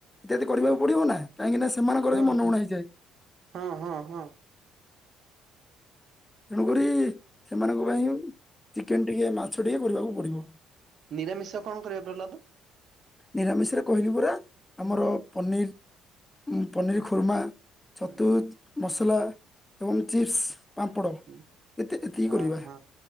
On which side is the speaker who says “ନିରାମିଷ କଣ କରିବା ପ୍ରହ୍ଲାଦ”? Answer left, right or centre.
Right